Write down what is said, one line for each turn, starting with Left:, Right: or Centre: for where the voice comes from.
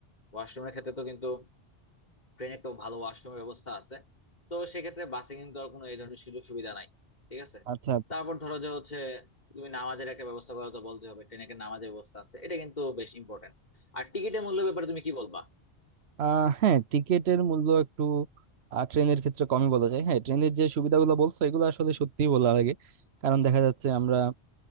Left: ওয়াশরুমের ক্ষেত্রে তো কিন্তু ট্রেনে তো ভালো ওয়াশরুমের ব্যবস্থা আছে তো সেক্ষেত্রে বাসে কিন্তু আর কোনো এই ধরনের সুযোগ সুবিধা নাই ঠিক আছে
Right: আচ্ছা আচ্ছা
Left: তারপর ধরো যে হচ্ছে তুমি নামাজের একটা ব্যবস্থা করা তো বলতে হবে ট্রেনে একটা নামাজের ব্যবস্থা আছে এটা কিন্তু বেশ ইম্পর্টেন্ট আর টিকিটের মূল্য ব্যাপারে তুমি কি বলবা
Right: আহ হ্যাঁ টিকেটের মূল্য একটু আহ, ট্রেনের ক্ষেত্রে কমই বলা যায় হ্যাঁ ট্রেনের যে সুবিধাগুলো বলছো এগুলো আসলে সত্যিই বলা লাগে কারণ দেখা যাচ্ছে আমরা